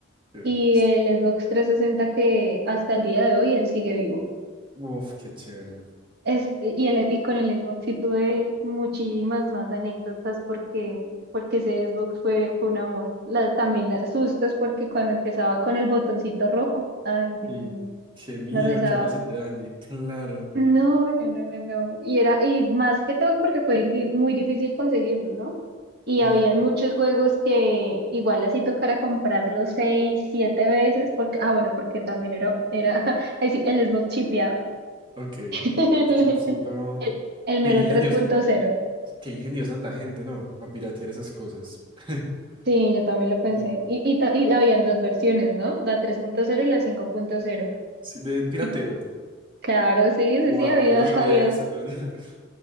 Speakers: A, on the right; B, on the right.
A: qué
B: y
A: triste.
B: el Xbox 360 que hasta el día de hoy él sigue vivo.
A: Uf, qué chévere.
B: Es- y, el- y con el Xbox sí tuve muchísimas más anécdotas porque, porque ese Xbox fue, fue un amor. La- también los sustos porque cuando empezaba con el botoncito rojo, ay Dios
A: Sí,
B: mío,
A: qué miedo
B: me rezaba.
A: que a uno se le dañe. Claro.
B: No, no, no, no, no. Y era, y más que todo porque fue difí- muy difícil conseguirlo, ¿no? Y
A: Ujú.
B: habían muchos juegos que igual así tocara comprarlos seis, siete veces, porque, ah, bueno, porque también era, era <laughs> ahí sí, el Xbox chipeado.
A: Ok,
B: <laughs>
A: con el chipsito.
B: El, el
A: Qué
B: mero
A: ingeniosa,
B: tres punto cero
A: qué ingeniosa es la gente, ¿no? Para piratear esas cosas. <laughs>
B: Sí, yo también lo pensé.
A: Sí.
B: Y, y, ta- y habían dos versiones, ¿no? La tres punto cero y la cinco punto cero
A: Sí, de pirateo.
B: Y claro, sí,
A: Wow,
B: sí, sí, había,
A: yo no
B: <laughs>
A: sabía
B: había.
A: eso.
B: eso.
A: Yo... <laughs>